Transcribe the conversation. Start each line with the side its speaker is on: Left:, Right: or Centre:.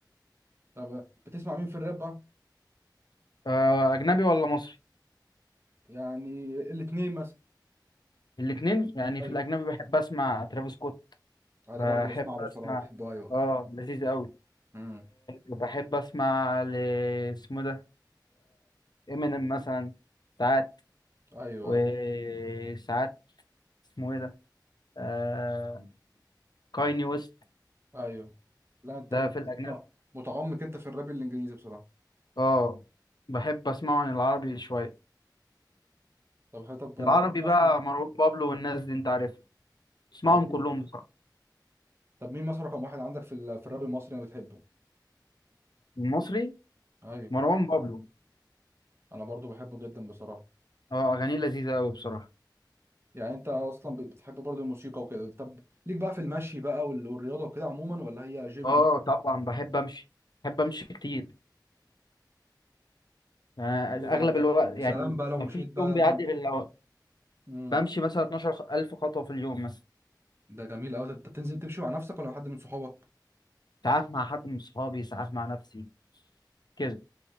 Right: طب آه، بتسمع مين في الراب بقى
Left: آه، أجنبي ولا مصري
Right: يعني الاتنين مثلا
Left: الاتنين يعني
Right: ايوه
Left: في الأجنبي بحب أسمع ترافيس سكوت
Right: انا
Left: بحب
Right: برضو اسمع له
Left: أسمع
Right: صراحه بحبه ايوه
Left: آه لذيذ أوي
Right: امم
Left: وبحب أسمع ل اسمه ده إمينيم مثلا ساعات
Right: ايوه
Left: وساعات
Right: ايوه
Left: اسمه إيه ده آه... كايني ويست
Right: ايوه لا انت
Left: ده
Right: م...
Left: في الأجنبي
Right: أنت متعمق انت في الراب الانجليزي بصراحه
Left: آه بحب أسمعه عن العربي شوية
Right: طب حي- طب طب
Left: العربي
Right: مصري
Left: بقى مروان بابلو والناس دي انت عارفها اسمعهم
Right: طب
Left: كلهم
Right: مين
Left: بصراحة
Right: طب مين مصر رقم واحد عندك في ال... في الراب المصري انا بتحبه
Left: المصري
Right: ايوه
Left: مروان بابلو
Right: انا برضو بحبه جدا بصراحه
Left: اه اغانيه لذيذة قوي بصراحة
Right: يعني انت اصلا بت- بتحب برضو الموسيقى وكده طب ليك بقى في المشي بقى وال- والرياضه وكده عموما ولا هي جيم
Left: اه
Right: بقى
Left: طبعا بحب امشي بحب امشي كتير يعني
Right: ده
Left: اغلب
Right: انت
Left: الوقت يعني
Right: يا سلام بقى لو
Left: ما
Right: مشيت
Left: فيش
Right: بقى
Left: يوم بيعدي
Right: من
Left: غير لو
Right: امم
Left: بمشي مثلا 12000 خطوة في اليوم مثلا
Right: ده جميل قوي انت بتنزل تمشي مع نفسك ولا مع حد من صحابك
Left: ساعات مع حد من صحابي ساعات مع نفسي كده